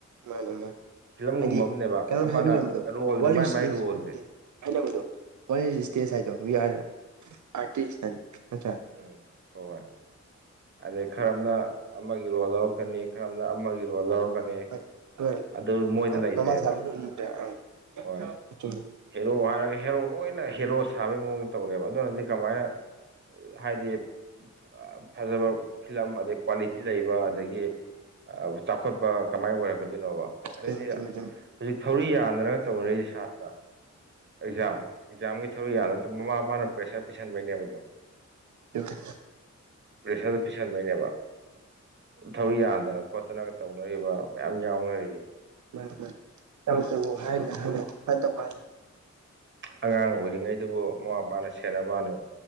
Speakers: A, on the right; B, on the right.
A: ꯃꯥꯅꯦ ꯃꯟ
B: ꯐꯤꯂꯝꯒꯨꯝꯕ
A: ꯍꯥꯏꯗꯤ
B: ꯑꯃꯅꯦꯕ
A: ꯀꯩꯅꯣꯅ
B: ꯑꯃꯅ
A: ꯍꯥꯏꯕꯤꯔꯝꯕꯗꯣ
B: ꯔꯣꯜꯁꯦ
A: ꯋꯥꯔꯂꯤꯁ
B: ꯃꯥꯏ ꯃꯥꯏ
A: ꯏꯁ
B: ꯔꯣꯜꯁꯦ
A: <unintelligible> ꯍꯥꯏꯅꯕꯗꯣ <unintelligible> ꯏꯁ
B: ꯎꯝ
A: ꯁꯇꯦꯖ ꯍꯥꯏꯗꯣ ꯋꯤ ꯑꯥꯔꯗ ꯑꯥꯔꯇꯤꯁ ꯍꯥꯏꯅ ꯅꯠꯇ꯭ꯔꯥ
B: ꯎꯝ ꯍꯣꯏ ꯍꯣꯏ ꯑꯗꯩ ꯈꯔ ꯑꯝꯅ ꯑꯃꯒꯤ ꯔꯣꯜ ꯂꯧꯔꯛꯀꯅꯤ ꯈꯔ ꯑꯝꯅ ꯑꯃꯒꯤ ꯔꯣꯜ ꯂꯧꯔꯛꯀꯅꯤ
A: <unintelligible>
B: ꯑꯗꯨ ꯃꯣꯏꯗ ꯂꯩꯇ꯭ꯔꯦꯕ
A: ꯃꯥꯃꯥ ꯁꯥꯕꯤ <unintelligible>
B: ꯍꯣꯏ
A: ꯆꯨꯝꯃꯤ
B: ꯍꯦꯔꯣ ꯍꯥꯏꯔꯒ ꯍꯦꯔꯣ ꯂꯣꯏꯅ ꯍꯦꯔꯣ ꯁꯥꯕꯒꯤ ꯃꯑꯣꯡꯗ ꯇꯧꯔꯦꯕ ꯑꯗꯨꯅꯗꯤ ꯀꯃꯥꯏꯅ ꯍꯥꯏꯗꯤ ꯑ ꯐꯖꯕ ꯐꯤꯂꯝ ꯑꯗꯩ ꯀ꯭ꯋꯥꯂꯤꯇꯤ ꯂꯩꯕ ꯑꯗꯒꯤ ꯑ ꯆꯥꯎꯈꯠꯄ ꯀꯃꯥꯏꯅ ꯑꯣꯏꯔꯛꯀꯗꯣꯏꯅꯣꯕ ꯑꯗꯩꯗꯤ
A: ꯆꯨꯝꯃꯤ ꯆꯨꯝꯃꯤ ꯆꯨꯝꯃꯤ ꯆꯨꯝꯃꯤ
B: ꯍꯧꯖꯤꯛ ꯊꯧꯔꯤ ꯌꯥꯟꯗꯅ ꯇꯧꯅꯔꯤ ꯁꯥꯇ꯭ꯔꯥ ꯑꯦꯛꯖꯥꯝ ꯑꯦꯛꯖꯥꯝꯒꯤ ꯊꯧꯔꯤ ꯌꯥꯜꯂ ꯃꯃꯥ ꯃꯄꯥꯅ ꯄ꯭ꯔꯦꯁꯔ ꯄꯤꯁꯟꯕꯩꯅꯦꯕ ꯑꯗꯣ
A: <unintelligible>
B: ꯄ꯭ꯔꯦꯁꯔꯗꯣ ꯄꯤꯁꯟꯕꯩꯅꯦꯕ ꯊꯧꯔꯤ ꯌꯥꯟꯗꯅ ꯈꯣꯠꯇꯅꯒ ꯇꯧꯅꯔꯤꯕ ꯃꯌꯥꯝ ꯌꯥꯎꯅꯔꯤꯖꯦ
A: ꯃꯅꯤ ꯃꯅꯤ ꯊꯕꯛꯇꯕꯨ ꯍꯥꯏꯅ ꯍꯥꯏꯅ ꯁꯃꯥꯏꯅ ꯇꯧꯕ
B: ꯑꯉꯥꯡ ꯑꯣꯏꯔꯤꯉꯩꯗꯕꯨ ꯃꯃꯥ ꯃꯄꯥꯅ ꯁꯦꯟꯅꯕ ꯋꯥꯅꯤ